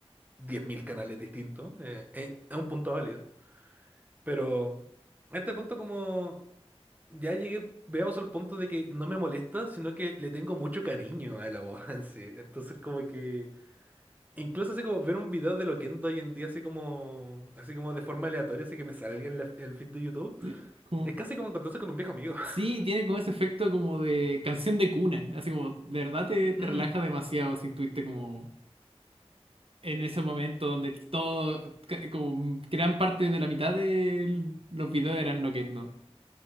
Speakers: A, on the right; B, on the right.
A: 10.000 canales distintos. eh, eh, es un punto válido. Pero. A este punto como ya llegué, veamos al punto de que no me molesta, sino que le tengo mucho cariño a la voz en sí. Entonces como que incluso así como ver un video de Loquendo hoy en día así como así como de forma aleatoria, así que me salga en la- el feed de YouTube,
B: Sí, como...
A: es casi como encontrarse con un viejo amigo. <laughs>
B: Sí, tiene como ese efecto como de canción de cuna, así como, de verdad te,
A: Mm,
B: te relaja demasiado si estuviste como en ese momento donde todo, ca- como gran parte de la mitad de los videos eran Loquendo.